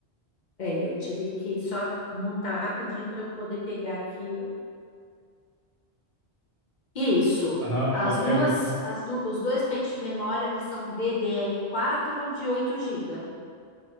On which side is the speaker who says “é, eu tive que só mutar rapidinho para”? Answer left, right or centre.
Left